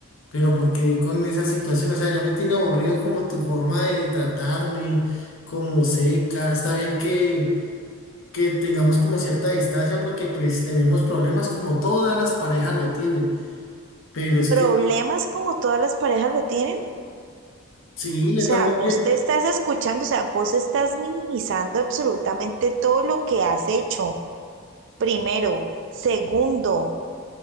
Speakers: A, on the left; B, on the right.
A: Pero ¿por qué con esa situación? O sea, ya me tiene aburrido como tu forma de tratarme, como seca. Está bien que. que tengamos como cierta distancia porque pues tenemos problemas como todas las parejas lo tienen, pero es
B: ¿Problemas
A: que
B: como todas las parejas lo tienen?
A: sí,
B: O
A: es
B: sea,
A: normal
B: vos
A: que
B: te estás escuchando, o sea, vos estás minimizando absolutamente todo lo que has hecho. Primero. Segundo,